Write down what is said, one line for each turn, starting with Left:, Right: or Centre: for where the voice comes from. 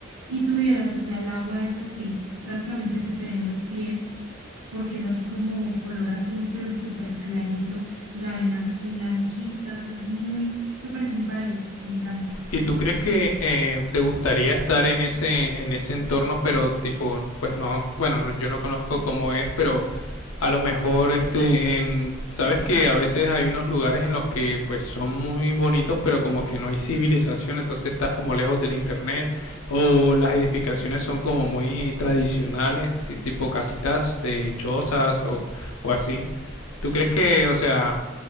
Right: Y tú vieras, o sea, el agua es así, prácticamente se te ven los pies, porque es así como color azul, pero súper clarito. La arena es así blanquita, o sea, es muy, eso parece un paraíso, me encanta.
Left: ¿Y tú crees que eh, te gustaría estar en ese, en ese entorno, pero tipo, pues no, bueno, no- yo no conozco cómo es, pero a lo mejor este en sabes que a veces hay unos lugares en los que pues son muy bonitos pero como que no hay civilización entonces estás como lejos del internet o las edificaciones son como muy tradicionales y tipo casitas de chozas o, o así tú crees que o sea